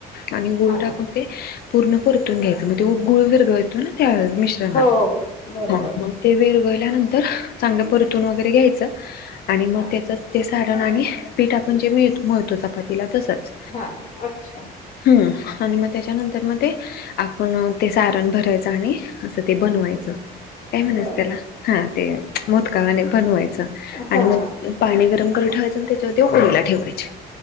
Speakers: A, on the left; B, on the left.
A: आणि गुळ
B: हा
A: टाकून ते पूर्ण परतून घ्यायचं म्हणजे गुळ विरगळतो ना. मिश्रणात
B: हो बरोबर
A: हा मग ते त्या नंतर ते चांगलं परतून वगैरे घ्यायचं आणि
B: हां
A: त्याच ते सारण पीठ आपण जे मळतो म तिला तसच
B: हां अच्छा
A: हम आणि मग त्यानंतर म ते पण ते सारण भरायचं आणि असं ते बनवायचं काय म्हणास
B: बरं
A: त्याला हा ते मोदक ने बनवायच आणि
B: हां.
A: मग पाणी गरम करून ठेवायचं त्याच्यावरती उकडीला ठेवायचे.